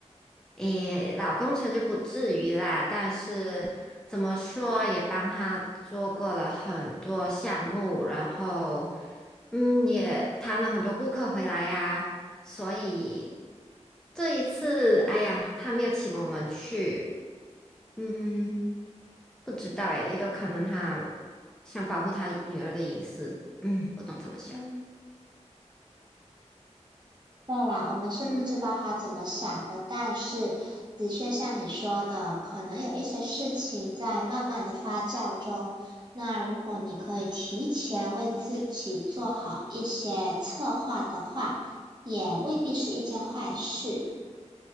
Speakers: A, in the centre; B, on the right (about 35°).
A: 诶，老工程就不至于啦，但是怎么说也帮他做过了很多项目，然后嗯，也谈了很多顾客回来呀，所以这一次，哎呀，他没有请我们去，嗯，不知道诶，也有可能他想保护他女儿的隐私，嗯，不懂怎么想，
B: 嗯，对啦，我们是不知道他怎么想的，
A: 嗯。
B: 但是的确像你说的，可能有一些事情在慢慢的发酵中。那如果你可以提前为自己做好一些策划的话，也未必是一件坏事。